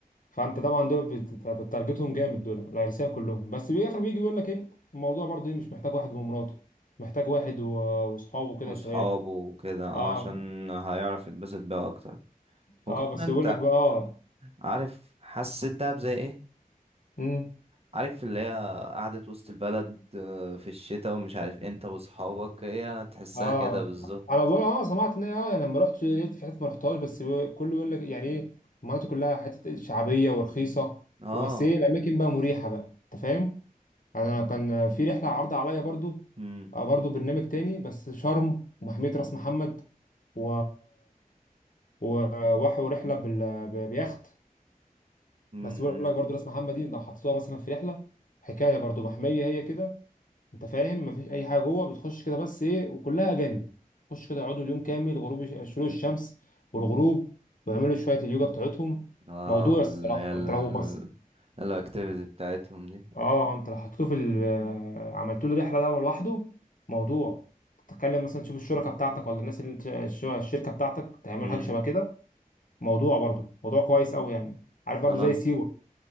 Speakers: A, on the left (about 65°); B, on the right (about 40°).
A: فانت طبعا دول بت- بتارجتهم جامد دول العرسان كلهم بس في الاخر بيجي يقول لك ايه الموضوع برضه إيه، مش محتاج واحد ومراته محتاج واحد و- واصحابه كده
B: وصحابه
A: شباب
B: وكده اه
A: اه
B: عشان هيعرف يتبسط بيها اكتر وكمان
A: اه بس يقول لك بقى اه
B: عارف حسيت دهب زي ايه
A: امم
B: عارف اللي هي قعدة وسط البلد آه، في الشتاء ومش عارف انت وصحابك هي تحسها
A: اه
B: كده بالظبط
A: انا بقول اه سمعت ان إيه، اه يعني لما رحت لقيت في حته ما رحتهاش بس بي- كله يقول لك يعني ايه المناطق كلها حته شعبيه ورخيصه
B: اه
A: وبس ايه الاماكن بقى مريحه بقى انت فاهم انا كان في رحله عرض عليا برضو
B: امم
A: آه، برضو برنامج تاني بس شرم ومحميه راس محمد و وراحوا رحله بال... ب- بيخت
B: امم
A: بس بيقول لك برضو راس محمد دي لو حطيتوها مثلا في رحله حكايه برضو محميه هي كده انت فاهم مفيش اي حاجه جوه بتخش كده بس ايه وكلها اجانب تخش كده يقعدوا اليوم كامل غروب الش- شروق الشمس والغروب ويعملوا شويه اليوجا بتاعتهم
B: اه
A: موضوع الصراحه
B: اللي هي ال
A: انت لو بس
B: الاكتيفيتي بتاعتهم دي
A: اه انت لو حطيته في ال... آه، عملت له رحله ده لوحده موضوع تتكلم مثلا تشوف الشركه بتاعتك ولا الناس اللي انت الش- الشركه بتاعتك تعمل
B: امم
A: حاجه شبه كده موضوع برضو موضوع كويس قوي يعني عارف برضو
B: انا
A: زي سيوه